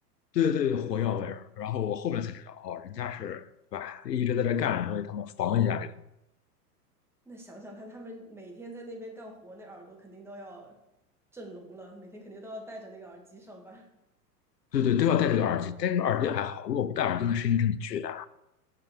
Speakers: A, on the left; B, in the centre.
A: 对对对，火药味儿。然后我后面才知道，哦，人家是对吧，一直在这干着，所以他们防一下这个。
B: 那想想看，他们每天在那边干活，那耳朵肯定都要震聋了，每天肯定都要戴着那个耳机上班。
A: 对对，都要戴这个耳机，戴这个耳机还好，如果不戴耳机，那声音真的巨大。